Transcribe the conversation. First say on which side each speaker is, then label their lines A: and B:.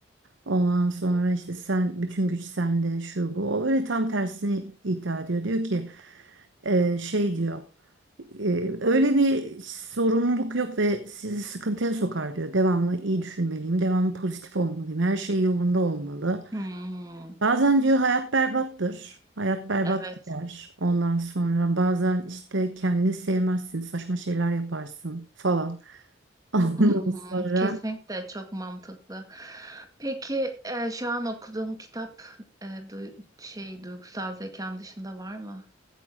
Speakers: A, on the right (about 70°); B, on the right (about 20°).
A: Ondan sonra işte sen bütün güç sende şu bu. O böyle tam tersini iddia ediyor. Diyor ki e, şey diyor. Ee, öyle bir sorumluluk yok ve sizi sıkıntıya sokar diyor. Devamlı iyi düşünmeliyim, devamlı pozitif olmalıyım, her şey yolunda olmalı.
B: Hmm,
A: Bazen diyor hayat berbattır, hayat berbat
B: evet.
A: gider. Ondan sonra bazen işte kendini sevmezsin, saçma şeyler yaparsın falan. <laughs> Ondan
B: Hı hı.
A: sonra
B: Kesinlikle çok mantıklı. Peki e, şu an okuduğum kitap e, du- şey duygusal zekan dışında var mı?